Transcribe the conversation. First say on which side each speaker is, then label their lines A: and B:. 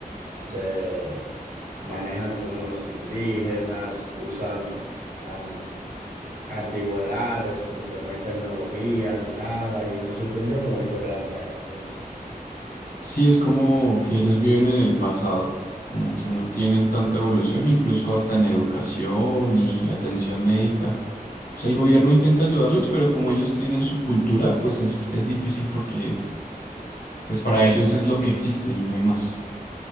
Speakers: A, on the right (about 80°); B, on the left (about 75°).
A: se manejan como los indígenas, usan am, antigüedades, como que no hay tecnología ni nada y me sorprendió mucho realmente eso.
B: sí es como que ellos viven en el pasado, como que no tienen tanta evolución, incluso hasta en educación y atención médica. O sea, el gobierno intenta ayudarles, pero como ellos tienen su cultura, pues es, es difícil porque pues para ellos es lo que existe y no hay más.